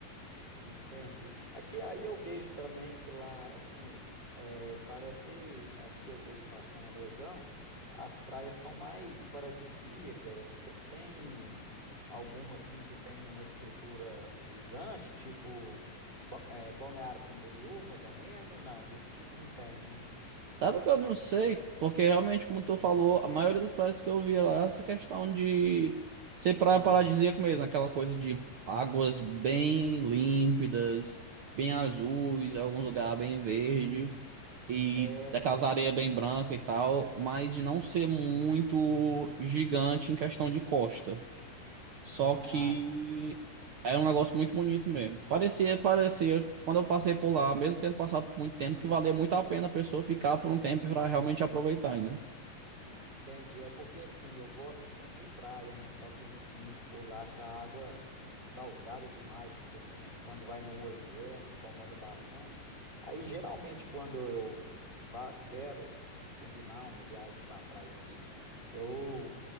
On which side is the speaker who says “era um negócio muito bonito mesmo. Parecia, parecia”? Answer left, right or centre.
Right